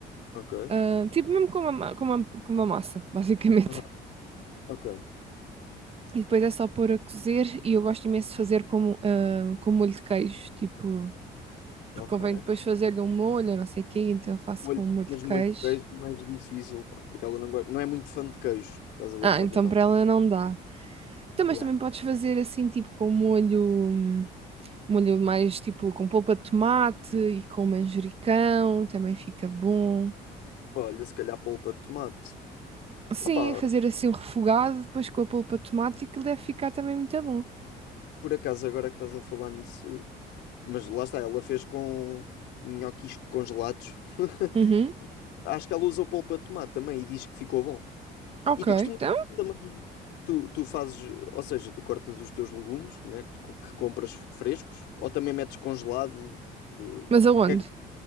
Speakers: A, on the left (about 85°); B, on the right (about 35°).
A: Ok.
B: Ah, tipo mesmo com uma, ma- com uma, com uma massa, <laughs> basicamente.
A: Aham, Ok,
B: E depois é só pôr a cozer e eu gosto imenso de fazer com, ah, com molho de queijo, tipo, porque
A: ok.
B: convém depois fazer-lhe um molho, não sei o quê, então eu faço
A: Molho,
B: com um molho
A: mas
B: de queijo.
A: molho de queijo é mais difícil, pá, porque ela não gosta, não é muito fã de queijo, estás a ver,
B: Ah,
A: de modo
B: então
A: geral.
B: para ela não dá. Então, mas
A: Yeah.
B: também podes fazer assim, tipo, com molho, hum, molho mais tipo com polpa de tomate e com manjericão, também fica bom.
A: Olha, se calhar polpa de tomate.
B: Sim,
A: Ah, pá,
B: fazer assim um refogado, depois com a polpa de tomate, e que deve ficar também muito bom.
A: Por acaso, agora que estás a falar nisso, mas lá está, ela fez com nhoquis congelados. <laughs>
B: Uhum.
A: Acho que ela usou polpa de tomate também e diz que ficou bom.
B: Ok,
A: E tu costumas
B: então,
A: também, tu, tu fazes, ou seja, tu cortas os teus legumes, né, que, tu co- que compras frescos, ou também metes congelado. eh, o
B: mas aonde?
A: que é que-